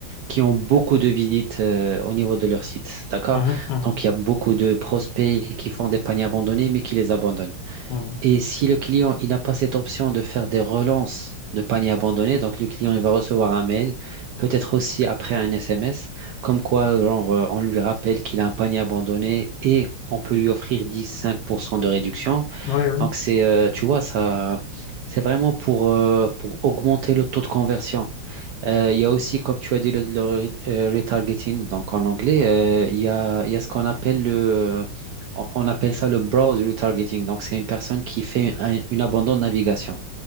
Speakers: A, on the right; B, on the left.
A: qui ont beaucoup de visites euh, au niveau de leur site. D'accord?
B: Mhm, mhm,
A: Donc, il y a beaucoup de prospects qui font des paniers abandonnés, mais qui les abandonnent.
B: mhm.
A: Et si le client il n'a pas cette option de faire des relances de panier abandonné, donc le client il va recevoir un mail, peut-être aussi après un SMS, comme quoi genre, euh, on lui rappelle qu'il a un panier abandonné et on peut lui offrir 10-5% de réduction.
B: Oui,
A: Donc c'est euh, tu vois ça c'est vraiment pour euh, pour augmenter le taux de conversion. Euh, il y a aussi, comme tu as dit, le, le re- euh, retargeting. Donc en anglais, euh, il y a, il y a ce qu'on appelle le, euh, on on appelle ça le browse retargeting. Donc c'est une personne qui fait un- une abandon de navigation.